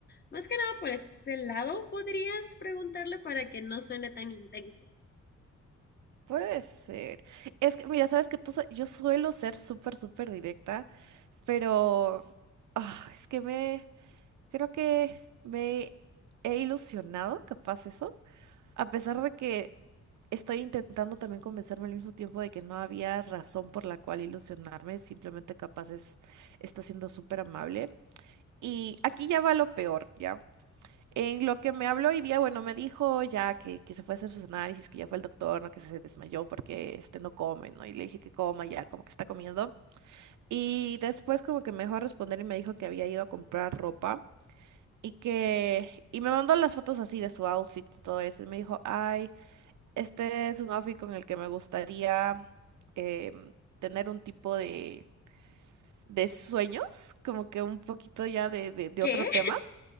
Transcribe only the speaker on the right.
Puede ser. Es que, mira, sabes que tú, sa- yo suelo ser súper, súper directa, pero ah, es que me, creo que me he ilusionado, capaz eso, a pesar de que Estoy intentando también convencerme al mismo tiempo de que no había razón por la cual ilusionarme, simplemente capaz es, está siendo súper amable. Y aquí ya va lo peor, ¿ya? En lo que me habló hoy día, bueno, me dijo ya que, que se fue a hacer sus análisis, que ya fue el doctor, ¿no? Que se desmayó porque este no come, ¿no? Y le dije que coma ya, como que está comiendo. Y después como que me dejó responder y me dijo que había ido a comprar ropa y que... Y me mandó las fotos así de su outfit y todo eso. Y me dijo, ay. Este es un outfit con el que me gustaría em, tener un tipo de, de sueños, como que un poquito ya de, de, de
otro tema.